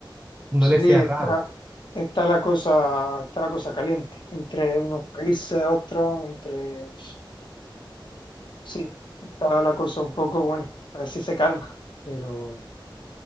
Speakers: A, on the right (about 20°); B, on the left (about 65°).
A: no
B: sí,
A: les sea
B: está,
A: raro.
B: está la cosa, está la cosa caliente entre unos países, otros, entre. Sí, está la cosa un poco, bueno, a ver si se calma, pero,